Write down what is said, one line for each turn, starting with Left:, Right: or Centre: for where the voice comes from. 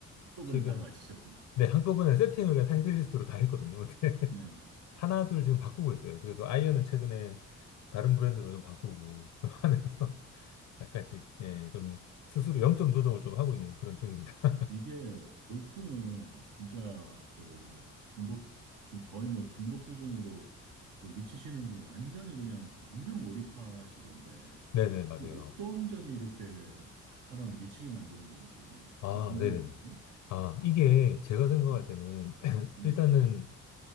Right: 부분은
Left: 최근,
Right: 다 맞히셨구나.
Left: 네, 한꺼번에 세팅을 그냥 타이틀리스트로 다 했거든요. 근데
Right: 네,
Left: <laughs>
Right: 네,
Left: 하나, 둘 지금 바꾸고 있어요. 그래서 아이언은 최근에 다른
Right: 네.
Left: 브랜드로 좀 바꾸고, 좀 하면서
Right: 네.
Left: <laughs> 약간씩, 예, 좀 스스로 영점 조정을 좀 하고 있는 그런 쪽입니다.
Right: 이게 골프는 진짜 그 중독, 중, 거의 뭐 중독 수준으로 그 미치시는 분 완전히 그냥 완전 몰입하시던데
Left: 네네, 맞아요.
Right: 그 어떤 점이 이렇게 사람을 미치게 만드는 건지
Left: 아,
Right: 좀 궁금하거든요.
Left: 네네네. 아, 이게 제가 생각할
Right: 음.
Left: 때는 <clears throat>
Right: 네,
Left: 일단은